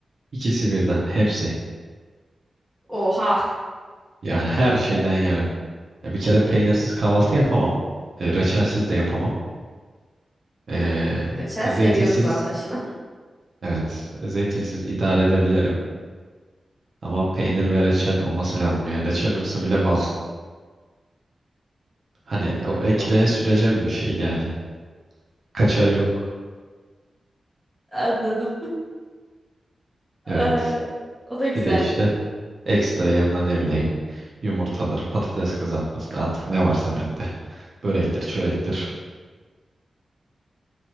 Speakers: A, on the right; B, in the centre.
A: ikisi birden hepsi.
B: Oha.
A: Yani her şeyden yerim. Ya bir kere peynirsiz kahvaltı yapamam. E, reçelsiz de yapamam. E,
B: Ha, reçel
A: e,
B: seviyoruz
A: zeytinsiz,
B: anlaşılan. <laughs>
A: evet, e, zeytinsiz idare edebilirim. Ama peynir ve reçel olması lazım. Yani reçel yoksa bile bal. Hani
B: Ha,
A: o ekmeğe
B: oh
A: süreceğim bir şey yani. Kaçarı yok.
B: anladım. <laughs>
A: Evet.
B: Ee, o da güzel.
A: Bir de işte ekstra yanına ne bileyim yumurtadır, patates kızartması artık ne varsa bende. Börektir, çörektir.